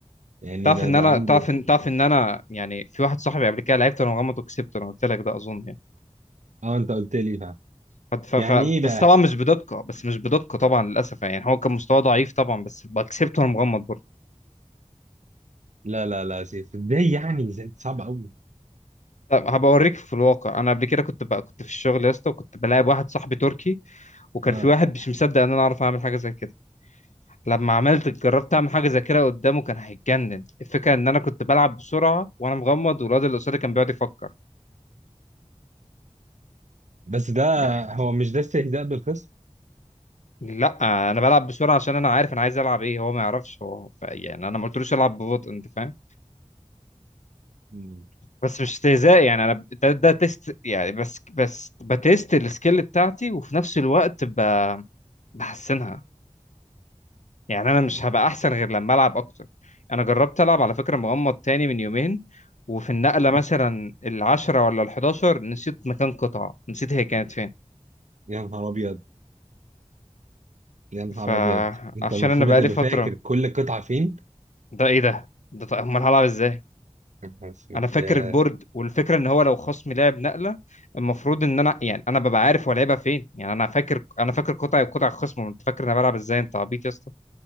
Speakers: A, on the right; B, on the left.
A: يعني
B: تعرف
A: ده
B: ان
A: ده
B: انا
A: عنده
B: تعرف ان تعرف ان انا يعني في واحد صاحبي قبل كده لعبت وانا مغمض وكسبته انا قلت لك ده اظن يعني
A: اه انت قلت لي بقى
B: ف... ف...
A: يعني
B: ف...
A: ايه بقى
B: بس طبعا مش بدقه بس مش بدقه طبعا للاسف يعني هو كان مستواه ضعيف طبعا بس كسبته وانا مغمض برضه
A: لا لا لا يا سيف ازاي يعني ازاي صعب قوي
B: لا هبقى اوريك في الواقع انا قبل كده كنت بقى كنت في الشغل يا اسطى وكنت بلاعب واحد صاحبي تركي وكان
A: اه
B: في واحد مش مصدق ان انا اعرف اعمل حاجه زي كده لما عملت جربت اعمل حاجه زي كده قدامه كان هيتجنن الفكره ان انا كنت بلعب بسرعه وانا مغمض والواد اللي قصادي كان بيقعد يفكر
A: بس ده
B: يعني
A: هو مش ده استهزاء بالخصم
B: لا انا بلعب بسرعه عشان انا عارف انا عايز العب ايه هو ما يعرفش هو ف... يعني انا ما قلتلوش العب ببطء انت فاهم
A: مم.
B: بس مش استهزاء يعني انا ده, ده تيست يعني بس بس بتيست السكيل بتاعتي وفي نفس الوقت ب... بحسنها يعني انا مش هبقى احسن غير لما العب اكتر انا جربت العب على فكره مغمض تاني من يومين وفي النقله مثلا العشرة ولا الحداشر نسيت مكان قطعه نسيت هي كانت فين
A: يا نهار ابيض يا نهار
B: فعشان
A: ابيض انت المفروض
B: انا بقالي
A: تبقى
B: فتره
A: فاكر كل قطعه فين
B: ده ايه ده ده طيب امال هلعب ازاي
A: يا نهار اسود
B: انا فاكر
A: يا
B: البورد والفكره ان هو لو خصمي لعب نقله المفروض ان انا يعني انا ببقى عارف هو لعبها فين يعني انا فاكر انا فاكر قطعي وقطع الخصم انت فاكر إن انا بلعب ازاي انت عبيط يا اسطى